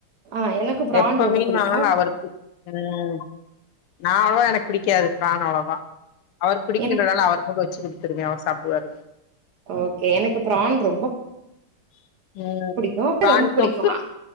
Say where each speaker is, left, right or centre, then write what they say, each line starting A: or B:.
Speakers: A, on the right; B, on the left.
A: ஆ எனக்கு ப்ரான்
B: எப்ப
A: ரொம்ப
B: மீன்
A: புடிக்கு
B: வாங்னாலு அவருக்கு ம் நா அவ்ளவா எனக்கு பிடிக்காது ப்ரான் அவ்ளவா அவருக் பிடிக்குன்றால
A: எனக்
B: அவர்க்கு மட்டு வச்சு குடுத்துருவே அவர் சாப்டுவாரு
A: ஓகே எனக்கு ப்ரான் ரொம்ப
B: ம்
A: புடிக் னோக்கு
B: பிரான்
A: ரொம்ப பிடிக்குமா
B: தொக்கு